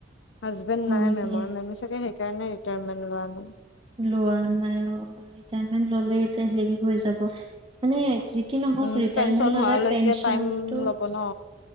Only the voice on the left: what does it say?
হাজবেণ্ড
নাই
মেমৰ মেমি চাগে সেইকাৰণে তাইৰমেন লোৱা নাই ।
উম
পেঞ্চন
হোৱালৈকে
টাইম ল'ব ন